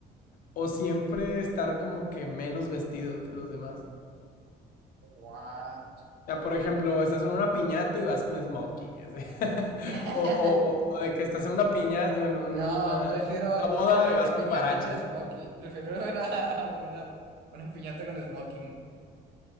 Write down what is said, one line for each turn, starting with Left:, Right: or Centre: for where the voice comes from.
Left: o siempre estar como que menos vestido que los demás?
Right: Guau.
Left: ya por ejemplo, estás en una piñata y vas con smoking. ese. <laughs>
Right: <laughs>
Left: O, o- o de que estás en una piñata, o en un-
Right: No,
Left: una,
Right: prefiero,
Left: una boda
Right: prefiero ir
Left: y
Right: a
Left: vas
Right: una
Left: con
Right: piñata
Left: guaraches.
Right: con smoking. Prefiero ir a a una, una piñata con smoking.